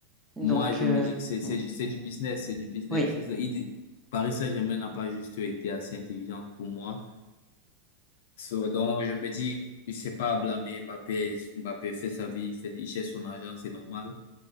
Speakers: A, in the centre; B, on the left.
A: Donc,
B: Moi, je
A: euh,
B: me dis que c'est c'est
A: mm,
B: du, c'est du business, c'est du business.
A: oui,
B: Ils, ils- Paris Saint-Germain n'a pas juste été assez intelligent pour moi. So, donc, je me dis, je sais pas à blâmer Mbappé. Mbappé fait sa vie, il fait, il cherche son argent, c'est normal.